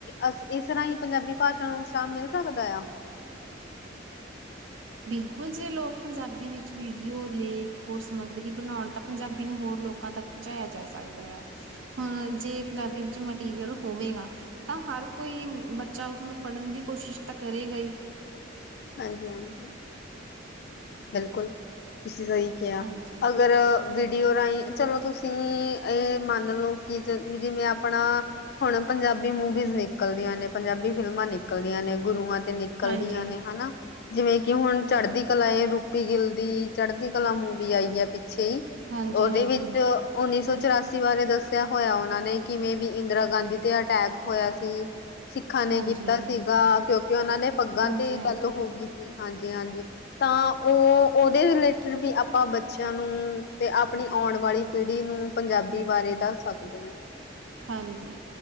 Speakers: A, on the left; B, on the right.
A: ਅ ਇਸ ਰਾਹੀਂ ਪੰਜਾਬੀ ਭਾਸ਼ਾ ਨੂੰ ਉਤਸ਼ਾਹ ਮਿਲ ਸਕਦਾ ਯਾ?
B: ਬਿਲਕੁਲ ਜੇ ਲੋਕ ਪੰਜਾਬੀ ਵਿੱਚ ਵੀਡੀਓ, ਲੇਖ ਹੋਰ ਸਮੱਗਰੀ ਬਣਾਉਣ ਤਾਂ ਪੰਜਾਬੀ ਨੂੰ ਹੋਰ ਲੋਕ ਲੋਕਾਂ ਤੱਕ ਪਹੁੰਚਾਇਆ ਜਾ ਸਕਦਾ ਆ ਹੁਣ ਜੇ ਪੰਜਾਬੀ ਵਿੱਚ ਮਟੀਰੀਅਲ ਹੋਵੇਗਾ ਤਾਂ ਹਰ ਕੋਈ ਬੱਚਾ ਉਸਨੂੰ ਪੜ੍ਹਨ ਦੀ ਕੋਸ਼ਿਸ਼ ਤਾਂ ਕਰੇਗਾ ਈ।
A: ਹਾਂਜੀ-ਹਾਂਜੀ। ਬਿਲਕੁਲ ਤੁਸੀਂ ਸਈ ਕੇਆ।
B: ਹਾਂਜੀ।
A: ਅਗਰ ਵੀਡੀਓ ਰਾਈਂ ਚਲੋ, ਤੁਸੀਂ ਇਹ ਮੰਨ ਲਓ ਕਿ ਜਿਵੇਂ ਅਪਣਾ ਹੁਣ ਪੰਜਾਬੀ ਮੂਵੀਜ਼ ਨਿਕਲਦੀਆਂ ਨੇ ਪੰਜਾਬੀ ਫਿਲਮਾਂ ਨਿਕਲਦੀਆਂ ਨੇ, ਗੁਰੂਆਂ ਨਿਕਲਦੀਆਂ
B: ਹਾਂਜੀ।
A: ਨੇ ਹ, ਨਾ ਜਿਵੇਂ ਕਿ ਹੁਣ ਚੜ੍ਹਦੀ ਕਲਾ ਏ ਰਪੀ ਗਿੱਲ ਦੀ ਚੜ੍ਹਦੀ ਕਲਾ ਮੂਵੀ ਆਈ ਐ ਪਿੱਛੇ ਈ,
B: ਹਾਂਜੀ-ਹਾਂਜੀ,
A: ਓਦੇ ਵਿੱਚ ਉੱਨੀ ਸੌ ਚੁਰਾਸੀ ਬਾਰੇ ਦੱਸਿਆ ਹੋਯਾ ਓਨਾਂ ਨੇ ਕਿਵੇਂ ਵੀ ਇੰਦਰਾ ਗਾਂਧੀ ਤੇ ਅਟੈਕ ਹੋਇਆ ਸੀ। ਸਿੱਖਾਂ ਨੇ
B: ਹਾਂਜੀ,
A: ਕੀਤਾ ਸੀਗਾ, ਕਿਉਂਕਿ ਓਨਾਂ ਨੇ ਪੱਗਾਂ
B: ਹਾਂਜੀ-ਹਾਂਜੀ।
A: ਤੇ ਗੱਲ ਹੋ
B: ਹਾਂਜੀ। ਹਾਂਜੀ।
A: ਗਈ। ਹਾਂਜੀ-ਹਾਂਜੀ ਤਾਂ
B: <inaudible>
A: ਓਦੇ ਰਿਲੇਟਿਡ ਵੀ ਆਪਾਂ ਬੱਚਿਆਂ ਨੂੰ ਤੇ ਅਪਨੀ ਆਣ ਵਾਲੀ ਪੀੜ੍ਹੀ ਨੂੰ ਪੰਜਾਬੀ ਬਾਰੇ ਦੱਸ ਸਕਦੇ ਆਂ।
B: ਹਾਂਜੀ।